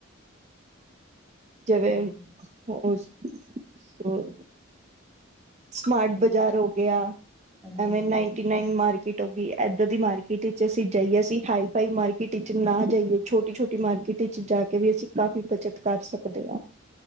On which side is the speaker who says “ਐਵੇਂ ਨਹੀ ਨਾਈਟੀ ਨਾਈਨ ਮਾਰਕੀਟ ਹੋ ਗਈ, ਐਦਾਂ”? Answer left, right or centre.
Right